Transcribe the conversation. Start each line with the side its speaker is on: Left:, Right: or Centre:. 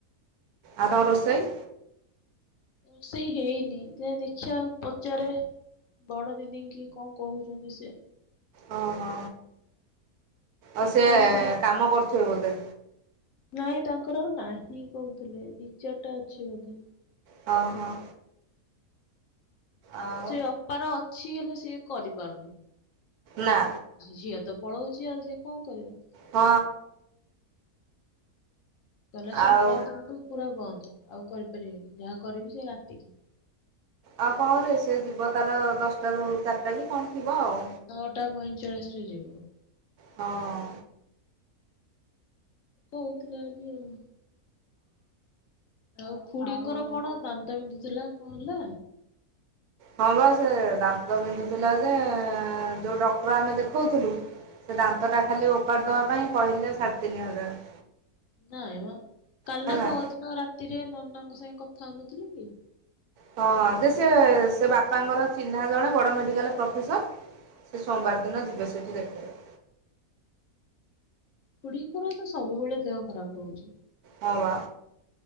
Right: ଆଉ ତମ ରୋଷେଇ
Left: ରୋଷେଇ ହେଇନି ଯେ ଦେଖିବା ପଚାରେ ବଡ ଦିଦି କି କଣ କହୁଛନ୍ତି ସିଏ।
Right: ଓ ହଁ ଆଉ ସିଏ
Left: ସେ ସୁ
Right: କାମ କରୁଥିବେ ବୋଧେ।
Left: ନାଇଁ ତାଙ୍କର ଆଉ ନାହିଁ କହୁଥିଲେ, ଦି ଚାରିଟା ଅଛି ବୋଧେ।
Right: ହଁ-ହଁ। ଆଉ
Left: ସେ ଅପାର ଅଛି ହେଲେ ସିଏ କରିପାରୁନି।
Right: ନା।
Left: ଝିଅ ତ ପଳଉଚି ଆଉ ସିଏ କଣ କରିବ।
Right: ହଁ।
Left: ତାହେଲେ ସୋମବାର
Right: ଆଉ
Left: ଦିନଠୁ ପୁରା ବନ୍ଦ ଆଉ କରିପାରିବିନି, ଯାହା କରିବି ସେ ରାତିକି।
Right: ଆଉ କଣ ରେ ସେ ଯିବ ତାର ଦଶଟା ରୁ ଚାରିଟା କି କଣ ଥିବ ଆଉ।
Left: ନଅଟା ପଇଁଚାଳିଶ ରେ ଯିବୁ।
Right: ହଁ।
Left: କହୁଥିଲା ଆଜି ଆଉ। ଆଉ ଖୁଡିଙ୍କର କଣ ଦାନ୍ତ ବିନ୍ଧୁଥିଲା କଣ ହେଲା?
Right: ହଁ ବା ସେ ଦାନ୍ତ ବିନ୍ଧୁଥିଲା ଯେ, ଯୋଉ ଡକ୍ଟର ଆମେ ଦେଖଉଥିଲୁ ସେ ଦାନ୍ତଟା
Left: ହୁଁ।
Right: ଖାଲି ଓପାଡ଼ି ଦେବା ପାଇଁ କହିଲେ ସାଢ଼େ ତିନି ହଜାର।
Left: ନାଇଁ ମା କାଲି
Right: ହେଲା।
Left: ନା ପଅରଦିନ ରାତିରେ ନନାଙ୍କ ସାଙ୍ଗେ କଥା ହଉନଥିଲେ କି?
Right: ହଁ ଯେ ସେ-ସେ ବାପାଙ୍କର ଚିହ୍ନା ଜଣେ ବଡ଼ ମେଡ଼ିକାଲ୍ ପ୍ରଫେସର୍। ସେ
Left: ହୁଁ।
Right: ସୋମବାର ଦିନ ଯିବେ ସେଇଠି ଦେଖେଇବେ।
Left: ଖୁଡିଙ୍କର ତ ସବୁବେଳେ ଦେହ ଖରାପ ରହୁଛି।
Right: ହଁ ବା।